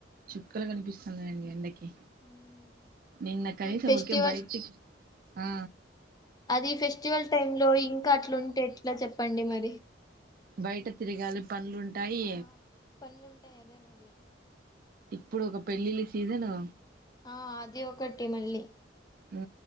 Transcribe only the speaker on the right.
చుక్కలు కనిపిస్తుంది అండి ఎండకి
నిన్న కనీసం
గొసేపు బయచు ఆ
బయట తిరగాలి పనులుంటాయి
ఇప్పుడు ఒక పెళ్ళిళ్ల సీసను
ఊ